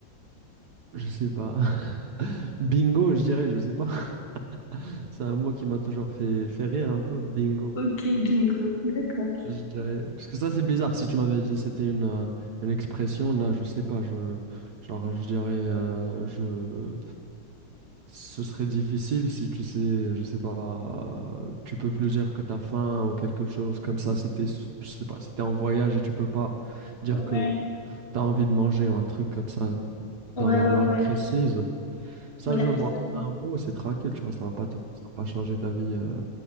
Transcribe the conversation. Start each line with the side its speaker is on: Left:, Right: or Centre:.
Right: je sais pas. <laughs> Bingo, je dirais, je sais pas. <laughs> C'est un mot qui m'a toujours fait, fait rire un peu, bingo.
Left: Ok, bingo, d'accord.
Right: Je dirais, parce que ça c'est bizarre, si tu m'avais dit c'était une, euh, une expression, là je sais pas, je, genre je dirais, euh, je, Ce serait difficile si tu sais, je sais pas, tu peux plus dire que t'as faim ou quelque chose comme ça. C'était, je sais pas, c'était en voyage et tu peux pas dire
Left: Ouais,
Right: que t'as envie de manger ou un truc comme ça
Left: ouais,
Right: dans la
Left: ouais,
Right: langue
Left: ouais.
Right: précise. Ça,
Left: Mais
Right: je
Left: là,
Right: vois.
Left: justement.
Right: Un mot, c'est tranquille, tu vois, ça va pas te- ça va pas changer ta vie, euh,